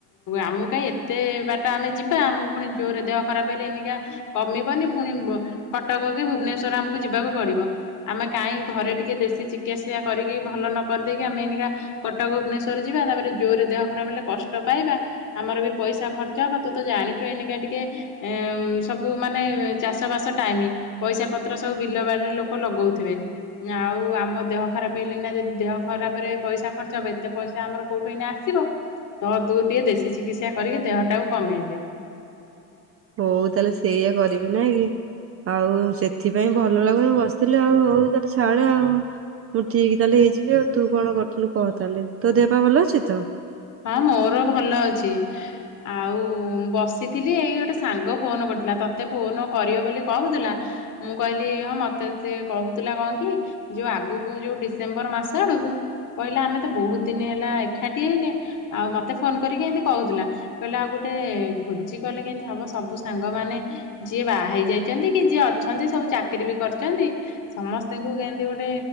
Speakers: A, on the left; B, on the right.
A: ଆମକୁ କାହିଁ ଏତେ ବାଟ ଆମେ ଯିବା ଆମକୁ ପୁଣି ଜୋରରେ ଦେହ ଖରାପ ହେଇଲେ ଏଇନିକା କମିବନି ପୁଣି କଟକ କି ଭୁବନେଶ୍ଵର ଆମକୁ ଯିବାକୁ ପଡିବ ଆମେ କାହିଁ ଘରେ ଟିକେ ଦେଶୀ ଚିକିସ କରିକି ଭଲ ନ କରିଦେଇକି ଆମେ ଏଇନିକା କଟକ ଭୁବନେଶ୍ଵର ଯିବା ତାପରେ ଜୋରରେ ଦେହ ଖରାପ ହେଲେ କଷ୍ଟ ପାଇବା ଆମର ବି ପଇସା ଖର୍ଚ୍ଚ ହବ ତୁ ତ ଜାଣିଛୁ ଏଇନିକା ଟିକେ ସବୁ ମାନେ ଚାଷବାସ ଟାଇମ୍ ପଇସା ପତ୍ର ସବୁ ବିଲ ବାଡିରେ ଲୋକ ଲଗଉଥିବେ। ଆଉ ଆମ ଦେହ ଖରାପ ହେଲେ ନା ଯଦି ଦେହ ଖରାପରେ ପଇସା ଖର୍ଚ୍ଚ ହବ ଏତେ ପଇସା ଆମର କୋଉଠୁ ହେଇନା ଆ ସିବ ତୁ ଟିକେ ଦେଶୀ ଚିକିତ୍ସା କରିକି ଦେହ ଟାକୁ କମେଇଦେ।
B: ହଉ ତାହେଲେ ସେଇଆ କରିବି ନାଇଁକି। ଆଉ ସେଥିପାଇଁ ଭଲ ଲାଗୁନି ବସିଥିଲି ଆଉ ହଉ <unintelligible> ଛାଡେ ଆଉ। ମୁଁ ଠିକ୍ ତାହେଲେ ହେଇଯିବି ଆଉ ତୁ କଣ କରିଥିଲୁ କହ ତାହେଲେ ତୋ ଦେହ ପା ଭଲ ଅଛି ତ?
A: ହଁ ମୋର ଭଲ ଅଛି। ଆଉ ମୁ ବସିଥିଲି ଏଇ ଗୋଟେ ସାଙ୍ଗ ଫୋନ୍ କରିଥିଲା ତତେ ଫୋନ୍ କରିବ ବୋଲି କହୁଥିଲା ମୁଁ କହିଲି ହଁ ମତେ ସିଏ କହୁଥିଲା କଣ କି ଯୋଉ ଆଗକୁ ଯୋଉ ଡିସେମ୍ବର ମାସ ଆଡକୁ କହିଲା ଆମେ ତ ବହୁତ ଦିନ ହେଲା ଏକାଠି ହେଇନେ ଆଉ ମତେ ଫୋନ୍ କରିକି ଏମତି କହୁଥିଲା। କହିଲା ଆଉ ଗୋଟେ ଭୋଜି କଲେ କେମିତି ହବ ସବୁ ସାଙ୍ଗମାନେ ଯିଏ ବାହା ହେଇ ଯାଇଚନ୍ତି କି ଯିଏ ଅଛନ୍ତି ସବୁ ଚାକିରୀ ବି କରିଚନ୍ତି ସମସ୍ତଙ୍କୁ କେମିତି ଗୋଟେ